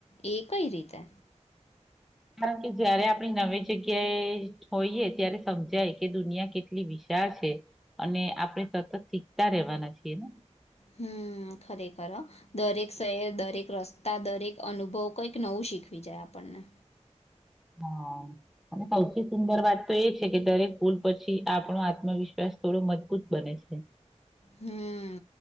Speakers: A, on the left; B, in the centre.
A: એ કઈ રીતે?
B: <unintelligible> જયારે આપણી નવી જગ્યાએ હોઈએ ત્યારે સમજાય કે દુનિયા કેટલી વિશાળ છે. અને આપણે સતત શીખતા રહેવાના છીએ ને.
A: હમ ખરેખર દરેક શહેર દરેક રસ્તા દરેક અનુભવ કઈક નવું શીખવી જાય આપણને.
B: હા અને સૌથી સુંદર વાત તો એ જ કે દરેક ભૂલ પછી આપણો આત્મવિશ્વાસ અ થોડો મજબૂત બને છે.
A: હમ